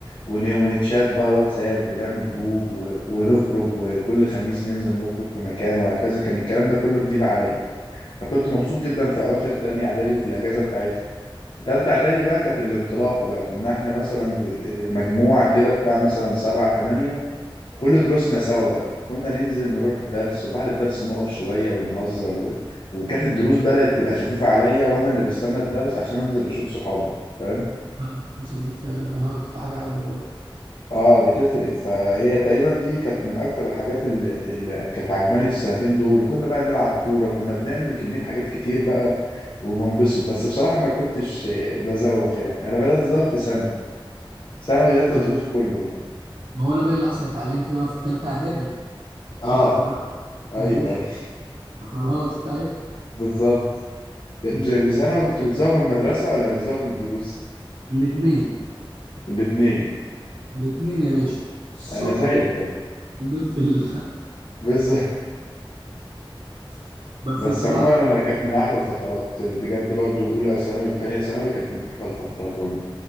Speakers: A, on the left (about 60°); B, on the right (about 85°).
A: ون... ونتشات بقى واتساب ونعمل جروب و... ونخرج وكل خميس ننزل نخرج في مكان وهكذا كان الكلام ده كله جديد عليا فكنت مبسوط
B: مم.
A: جدا في اواخر تانية اعدادي وفي الاجازه بتاعتها في تالتة اعدادي بقى كانت الانطلاقه بقى كنا احنا مثلا ج- آه، مجموعه كده بتاع مثلا سبعة تمانية كل دروسنا سوا بقى كنا ننزل نروح الدرس وبعد الدرس نقف شويه ونهزر و... وكانت الدروس بدات تبقى خفيفه عليا وانا اللي بستنى الدرس عشان انزل اشوف صحابي فاهم
B: أيوة، وصل ده فعلا اه بتبقى حاجه حلوه برضه
A: اه بتفرق فهي تقريبا دي كانت من اكتر الحاجات اللي, اللي كانت عجباني في السنتين دول كنا بقى نلعب كوره كنا بنعمل كميه حاجات كتير بقى وبنبسط بس بصراحه ما كنتش آه، بزوق يعني انا بدات ازوق في ثانوي ثانوي ده تزويق
B: آه،
A: كله بقى
B: ما هو انا بقى اللي حصل اتعلمت بقى في ثالثه اعدادي
A: اه
B: انت خلاص
A: ايوه
B: يا باشا
A: ايوه
B: خلاص فاهم
A: بالظبط ب-
B: مم.
A: ثانوي كنت بتزوق من المدرسه ولا بتزوق من الدروس
B: الاثنين
A: الاثنين
B: الاثنين يا باشا الصبح
A: انا زيك
B: في
A: برضه
B: الليل في ال...
A: بس <laughs>
B: <laughs> بس
A: بس
B: بصراحه
A: عموما
B: جيت
A: انا كانت من احلى الفترات بجد برضو اولى ثانوي وثانيه ثانوي كانت من احلى الفترات عموما